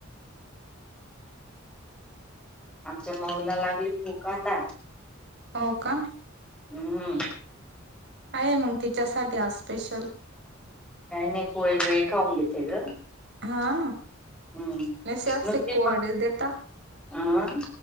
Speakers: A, in the centre; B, on the right.
A: आमच्या माऊला लागली भूक आता
B: हो का?
A: हम्म.
B: काय आय मंग तिच्यासाठी आज स्पेशल?
A: काही नाही पोळी बीळी खाऊन घेते ग
B: हा
A: हम्म
B: नेसे असे
A: नुसती
B: कोरडेच
A: मग
B: देता
A: अ